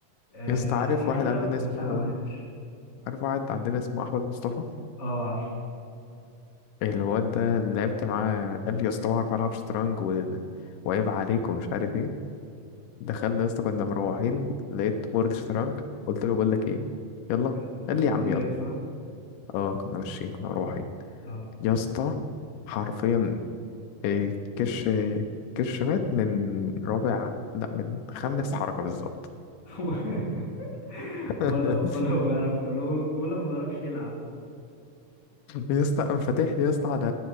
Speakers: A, on the left; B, on the left.
A: آه،
B: يا اسطى عارف
A: على الحقيقه
B: واحد عندنا
A: ومن
B: اسمه
A: ساعتها ما لعبتش
B: عارف واحد عندنا اسمه احمد مصطفى
A: اه عارف
B: الواد ده اللي لعبت معاه قال لي يا اسطى بعرف العب شطرنج و... وعيب عليك ومش عارف ايه دخلنا يا اسطى كنا مروحين لقيت بورد شطرنج قلت له بقول لك ايه يلا
A: آه، ده
B: قال
A: في
B: لي
A: الكلية
B: يا عم يلا
A: صح؟
B: اه كنا ماشيين كنا روحي
A: اه
B: يا اسطى حرفيا آه، كش كش مات من رابع لا من خامس حركة بالظبط
A: <laughs>
B: <laughs>
A: امال لو امال لو بيعرف امال أمال لو ما بيعرفش يلعب
B: يا اسطى قام فاتح لي يا اسطى على